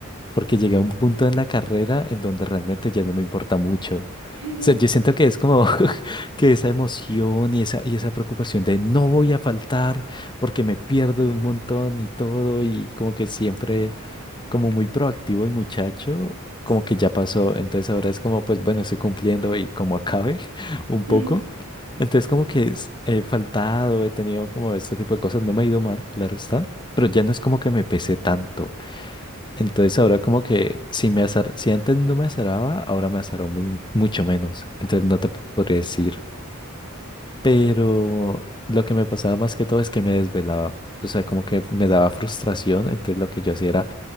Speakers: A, on the left; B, on the right.
A: porque llegué a un punto en la carrera en donde realmente ya no me importa mucho.
B: <laughs>
A: O sea, yo siento que es como <laughs> que esa emoción y esa, y esa preocupación de no voy a faltar porque me pierdo un montón y todo y como que siempre como muy proactivo el muchacho,
B: Sí.
A: como que ya pasó. Entonces ahora es como, pues bueno, estoy cumpliendo y como acabe <laughs> un poco.
B: <laughs>
A: Entonces como que es- he faltado, he tenido como este tipo de cosas, no me ha ido mal, claro está, pero ya no es como que me pese tanto. Entonces ahora como que si me azar, si antes no me azaraba, ahora me azaró mu- mucho menos. Entonces no te podría decir. Pero lo que me pasaba más que todo es que me desvelaba. O sea, como que me daba frustración. Entonces lo que yo hacía era